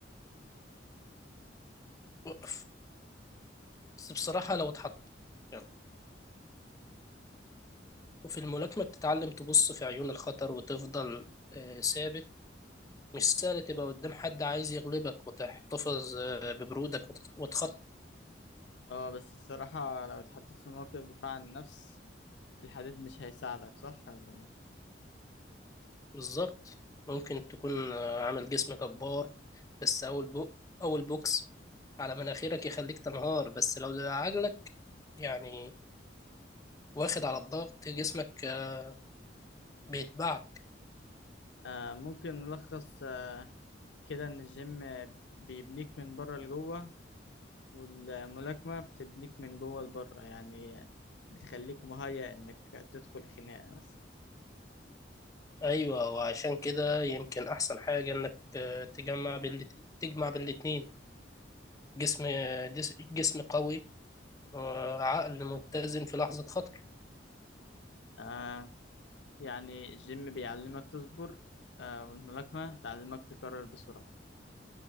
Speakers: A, on the left; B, on the left.
A: وقف. بس بصراحة لو اتحط يعني. وفي الملاكمة بتتعلم تبص في عيون الخطر وتفضل آه، ثابت مش سهل تبقى قدام حد عايز يغلبك وتحتفظ آه، ببرودك وتت- وتخطط
B: اه بس الصراحة لو اتحطيت في موقف دفاع عن النفس الحديد مش هيساعدك صح ولا ايه؟
A: بالظبط ممكن تكون آه، عامل جسم جبار بس أول بو أول بوكس على مناخيرك يخليك تنهار بس لو ده عجلك يعني واخد على الضغط جسمك آه، بيتبعت
B: آه ممكن نلخص آه كده إن الجيم بيبنيك من بره لجوه والملاكمة بتبنيك من جوه لبره يعني بتخليك مهيأ إنك تدخل خناقة بس
A: أيوة وعشان كده يمكن أحسن حاجة إنك آه، تجمع بال... تجمع بالاتنين جسم آه، دس- جسم قوي وعقل متزن في لحظة خطر
B: آه يعني الجيم بيعلمك تصبر آه والملاكمة تعلمك تكرر بسرعة